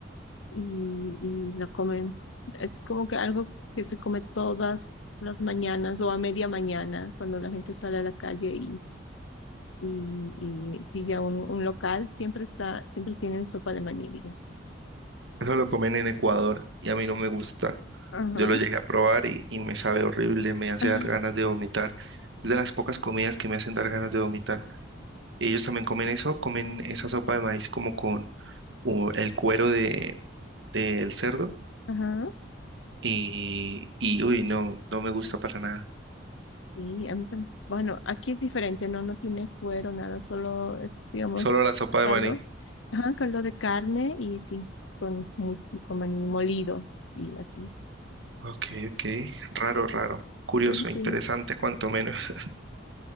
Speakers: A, on the left; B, on the right.
A: y, y lo comen. Es como que algo que se come todas las mañanas o a media mañana cuando la gente sale a la calle y, y, y pilla un, un local, siempre está, siempre tienen sopa de maní, digamos.
B: Eso lo comen en Ecuador y a mí no me gusta.
A: Ajá.
B: Yo lo llegué a probar y, y me sabe horrible, me hace
A: <laughs>
B: dar ganas de vomitar. Es de las pocas comidas que me hacen dar ganas de vomitar. Ellos también comen eso, comen esa sopa de maíz como con u- el cuero de, del cerdo
A: Ajá.
B: y, y uy, no, no me gusta para nada.
A: Sí, a mí también. Bueno, aquí es diferente, no, no tiene cuero, nada, solo es, digamos,
B: Solo la sopa de
A: caldo.
B: maní.
A: Ajá, caldo de carne y sí, con, mu- con maní molido y así. <laughs>
B: Ok, ok, raro, raro. Curioso,
A: Ah, sí,
B: interesante, cuanto menos. <laughs>